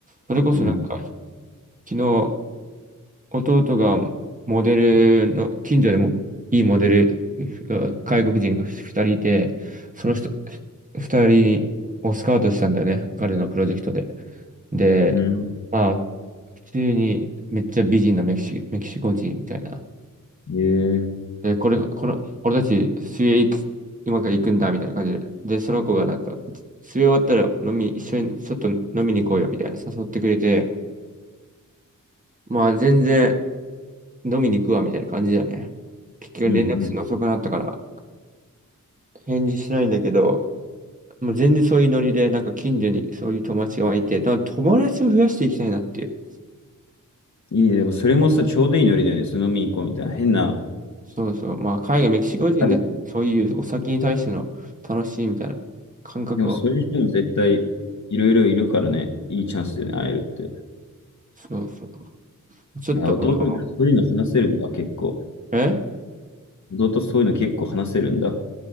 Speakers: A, on the right; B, on the left.
A: それこそなんか、
B: う。うん。
A: 昨日、弟がモデルの、近所でもいいモデル、が外国人が2人いて、その人、2人をスカウトしたんだよね、彼のプロジェクトで。で、
B: うん。
A: まあ、普通にめっちゃ美人なメキシ、メキシコ人みたいな。
B: うんええ
A: で、これが、この、俺たち水泳行く、今から行くんだみたいな感じで。で、その子がなんか、水泳終わったら飲み、一緒にちょっと飲みに行こうよみたいな誘ってくれて、まあ全然、飲みに行くわ、みたいな感じだよね。結局連絡するの遅くなったから、
B: うんうん。
A: 返事しないんだけど、もう全然そういうノリで、なんか近所にそういう友達がいて、だから友達を増やしていきたいなっていう。
B: いいね。でもそれもさ、ちょうどいいノリだよね。その飲みに行こうみたいな。変な。
A: そうそう。まあ、海外、メキシコ人で、
B: あれ
A: そういうお酒に対しての楽しいみたいな感覚を、
B: でもそういう人も絶対いろいろいるからね。いいチャンスでね、会えるって。
A: そうそう。ちょっと、
B: あ、弟ってそういうの話せるんだ、
A: あの、
B: 結構。
A: え
B: 弟そういうの結構話せるんだ。